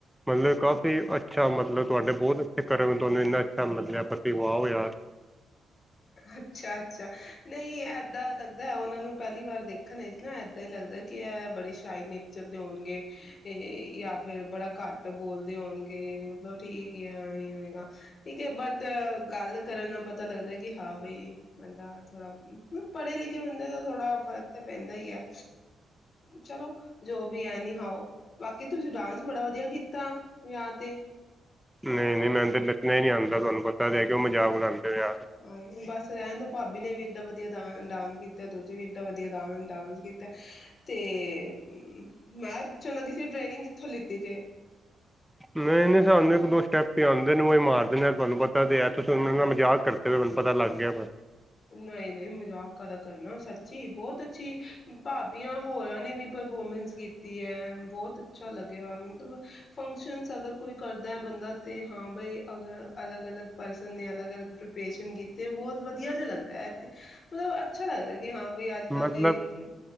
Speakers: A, in the centre; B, on the left (about 45°).
A: ਮਤਲਬ ਕਾਫ ਅੱਛਾ ਮਤਲਬ ਤੁਹਾਡੇ ਬਹੁਤ ਕਰ ਤੁਹਾਨੂੰ ਇੰਨਾ ਅੱਛਾ ਮਤਲ ਲਿਆ ਪਸੀ ਵ ਆਓ ਯਾਰ
B: ਅੱਛਾ ਅੱਛਾ ਨਹੀਂ ਏਦਾਂ ਲੱਗਦਾ ਹੈ ਉਹਨਾਂ ਨੂੰ ਪਹਿਲੀ ਵਾਰ ਦੇਖਣ ਵਿੱਚ ਨਾ ਏਦਾਂ ਹੀ ਲੱਗਦਾ ਕਿ ਇਹ ਬੜੇ ਸ਼ਾਈ ਨੇਚਰ ਦੇ ਹੋਣਗੇ ਜਾਂ ਫਿਰ ਬੜਾ ਘੱਟ ਬੋਲਦੇ ਹੋਣਗੇ ਮਤਲਬ ਠੀਕ ਆ ਹੋਏਗਾ ਠੀਕ ਹੈ ਬਟ ਗੱਲ ਕਰਨ ਦਾ ਪਤਾ ਪਤਾ ਲੱਗਦਾ ਕਿ ਹਾਂ ਬਈ ਬੰਦਾ ਥੋੜਾ ਪੜ੍ਹੇ ਲਿਖੇ ਬੰਦੇ ਦਾ ਥੋੜਾ ਫ਼ਰਕ ਤਾਂ ਪੈਂਦਾ ਹੀ ਹੈ ਚਲੋ ਜੋ ਵੀ ਐ ਨੀ ਹਓ ਬਾਕੀ ਤੁਸੀਂ ਡਾਂਸ ਬੜਾ ਵਧੀਆ ਕੀਤਾ ਵਿਆਹ ਤੇ
A: ਨਹੀਂ ਨਹੀਂ ਮੈਂ ਤੇ ਲਣਾ ਹੀ ਨੀ ਆਉਂਦਾ ਤੁਹਾਨੂੰ ਪਤਾ ਤੇ ਹੈ ਕਿਉਂ ਮਜ਼ਾਕ ਉਡਾਂਦੇ ਹੋ ਯਾਰ
B: ਆਏ ਬਸ ਰਹਿਣ ਦ ਭਾਬੀ ਨੇ ਵੀ ਏਡਾਂ ਵਧੀਆ ਡਾਂਸ ਕੀਤਾ ਤੁਸੀਂ ਵੀ ਇਏਡਾਂ ਵਧੀਆ ਡਾਂਸ ਕੀਤਾ ਤੇ ਮੈਂ ਪੁੱਛਣ ਲ ਕਿਸੇ ਟ੍ਰੇਨਿੰਗ ਕਿੱਥੋਂ ਲਿੱਤੀ ਜੇ
A: ਨਹੀਂ ਨਹੀਂ ਸਂਦੇ ਇੱਕ ਦੋ ਸਟੈਪ ਆਉਂਦੇ ਮਾਰਦੇ ਨੇ ਤੁਹਾਨੂੰ ਪਤਾ ਤੇ ਤੁਸੀਂ ਮਜ਼ਾਕ ਕਰਤੇ ਤੁਨੂੰ ਪਤਾ ਲੱਗ ਗਿਆ ਬ
B: ਨਹੀਂ ਨਹੀਂ ਮਜ਼ਾਕਦਾ ਕਰਨਾ ਸੱਚੀ ਬਹੁਤ ਅੱਛੀ ਭਾਬੀਆਂ ਹੋਰਾਂ ਨੇ ਵੀ ਪਰਫੋਰਮੈਂਸ ਕੀਤੀ ਹੈ ਬਹੁਤ ਅੱਛਾ ਲੱਗਿਆ ਮਤਲਬ ਫੰਕਸ਼ਨ ਅਗਰ ਕੋਈ ਕਰਦਾ ਹੈ ਬੰਦਾ ਤੇ ਹਾਂ ਬਈ ਅਗਰ ਅਲੱਗ ਅਲੱਗ ਪਰਸਨ ਨੇ ਅਲੱਗ ਅਲੱਗ ਪ੍ਰਪਰੇਸ਼ਨ ਕੀਤੇ ਬਹੁਤ ਵੀਆ ਵਧੀਆ ਜਿਹਾ ਲੱਗਦਾ ਹੈ ਮਤਲਬ ਅੱਛਾ ਲੱਗਦਾ ਕਿ ਹਾਂ ਬਈ ਅੱਜ ਕੱਲ੍ਹ
A: ਮਤਲਬ
B: ਦੇ